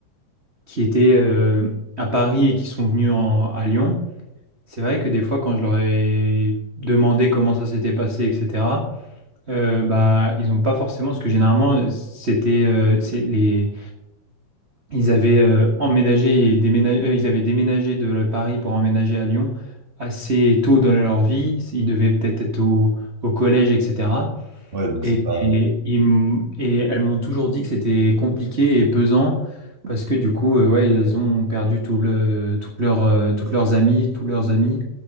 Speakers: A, on the right; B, on the right.
A: qui étaient euh, à Paris et qui sont venues en- à Lyon. C'est vrai que des fois, quand je leur ai demandé comment ça s'était passé, etc., Euh, bah, ils n'ont pas forcément, parce que généralement, c'était, euh, c'est les, ils avaient euh, emménagé et déménagé, euh, ils avaient déménagé de la- Paris pour emménager à Lyon assez tôt dans leur vie. Ils devaient peut-être être au, au collège, etc.
B: ouais, donc
A: Et,
B: c'est pas.
A: et, ils m- et elles m'ont toujours dit que c'était compliqué et pesant parce que du coup, euh, ouais, ils ont perdu tout le, toutes leurs, euh, toutes leurs amies, tous leurs amis.